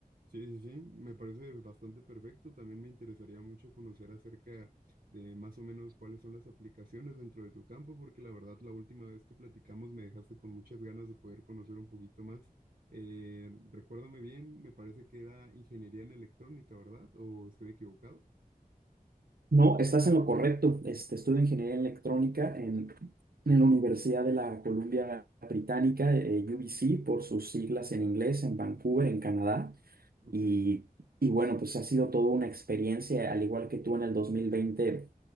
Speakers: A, on the right; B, on the right.
A: Sí, sí, sí, me parece bastante perfecto. También me interesaría mucho conocer acerca de más o menos cuáles son las aplicaciones dentro de tu campo, porque la verdad la última vez que platicamos me dejaste con muchas ganas de poder conocer un poquito más. Eh, recuérdame bien, me parece que era ingeniería en electrónica, ¿verdad? ¿O estoy equivocado?
B: No, estás en lo correcto. Este, estudio ingeniería electrónica en, en la Universidad de la Columbia Británica, eh, UBC, por sus siglas en inglés, en Vancouver, en Canadá.
A: Ok,
B: Y, y bueno, pues ha sido toda una experiencia, al igual que tú en el 2020